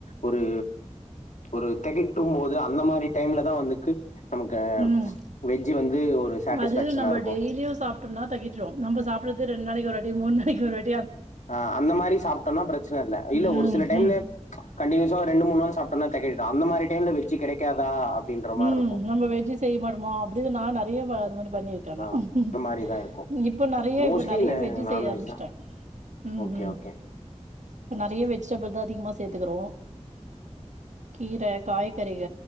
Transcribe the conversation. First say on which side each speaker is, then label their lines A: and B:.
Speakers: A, on the left; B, on the right.
A: ஒரு ஒரு தெகட்டும் போது அந்த மாரி டைம்லதா வந்துக்கு. நமக்கு
B: உம்
A: வெஜ்ஜு வந்து ஒரு சாட்டிஸ்ஃபேக்ஷனா
B: அது நம்ம
A: இருக்கு
B: டெய்லியும் சாப்டோம்னா தெகட்டிரு நம்ம சாப்பிடுறது ரெண்டு நாளைக்கு ஒருவாட்டி மூணு நாளைக்கு ஒருவாட்டி.
A: ஆஹ அந்த மாரி சாப்பிட்டோம்னா பிரச்சன இல்ல இல்ல
B: ம்
A: ஒரு சில டைம்ல
B: ம்
A: கண்டினியூஸ்ஸா ரெண்டு மூணு நாள் சாப். நல்லா தெகட்டி. அந்த மாரி டைம்ல வெஜ் கெடைக்காதா. அப்டின்ற மாரி
B: உம்
A: இருக்கும்
B: நம்ம வெஜ்ஜி செய்ய மாட்டோமா அப். து நா நெறைய அது மாரி. பண்ணிருக்க நா
A: ஆமா
B: உஹேஹ.
A: அந்த மாரிதான் இருக்கும்
B: இப்ப நறைய
A: மோஸ்ட்லி
B: இப்ப நறைய
A: நா
B: வெஜ்
A: நான்வெஜ்
B: செய்ய ஆரம்பிச்சிட்ட
A: தான்
B: உம்ம்.
A: ஓகே ஓகே
B: இப்ப நறைய வெஜிடபிள்தா அதிகமா சேத்துக்குறோ. கீர, காய்கறிக